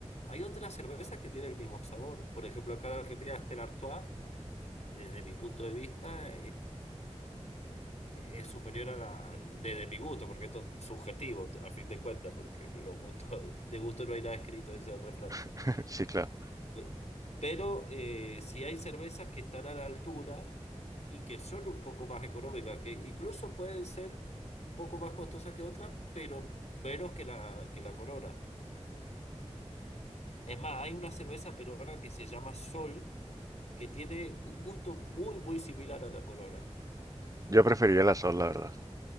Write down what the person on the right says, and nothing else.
<laughs> Sí, claro.
Yo preferiría la sol, la verdad,